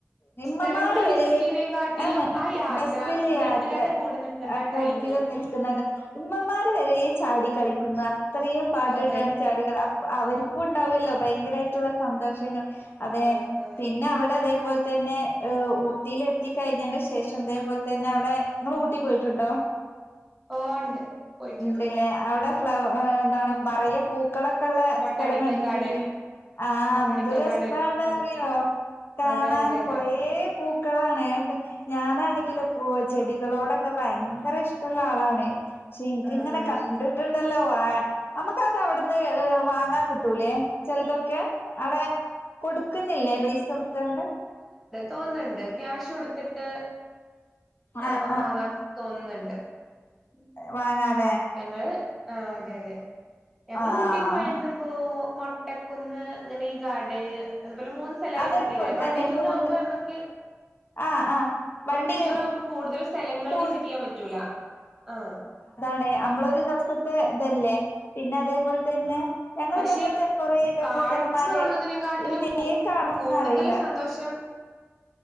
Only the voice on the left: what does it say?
നിമ്മമാര്
വരെ
ആഹ്
ബസില്
യാത്ര
കൂട്ടത്തില്
നിൽക്കുന്നത് ഉമ്മമാര് വരെ ചാടി കളിക്കും <unintelligible> ഇത്രയും പാട്ടിട്ടാണ്
ചാടിക അവർക്കും ഉണ്ടാവല്ലോ ഭയങ്കരമായിട്ടുള്ള സന്തോഷങ്ങൾ അതെ
പിന്നെ അവിടെ അതെ തന്നെ ഉം ഊട്ടിൽ എത്തിക്കഴിഞ്ഞന്റെ ശേഷം ഇതേപോലെ തന്നെ അവിടെ നിങ്ങൾ ഊട്ടി പോയിട്ടുണ്ടോ
ഉണ്ടല്ലേ അവിടെ ഫ്ലവ് ഏഹ് എന്താണ് മറയ പൂ മക്കളൊക്കെ ഉള്ള
സ്ഥലം കണ്ടിട്ടില്ലേ
അഹ്
എന്ത് രസാണ്
അറിയോ കാണൻ
കൊറേ പൂ ക്കളാണ് ഞാനാണെങ്കിലും ഇപ്പോ ചെടികളോടൊക്കെ ഭയങ്കര ഇഷ്ടമുള്ള ആളാണ് പക്ഷെ എനക്ക്
ഇങ്ങനെ
കണ്ടിട്ടു ഉണ്ടല്ലോ നമുക്ക് അത് അവിടുന്ന് വാങ്ങൻ കിട്ടൂലേ ചെലതൊക്കെ അവിടെ കൊടുക്കുന്നില്ലേ പൈസ കൊടുത്തണ്ട്
ആഹ്
വാങ്ങാൻ
ആഹ്
അതേപോലെ
തന്നെ
മൂന്ന്
ആഹ് ആഹ് വണ്ടി
കൂടു
തെ നമ്മളൊരു ദിവസം ത്തെ ഇതല്ലെ പിന്നെ അതേപോൽത്തെ പിന്നെ ഞങ്ങൾ
ഇതേപോലെ തന്നെ കൊറ ഇതേപോലെ
തന്നെ മരേ
<unintelligible>
ക്കാറും
ന്നറീല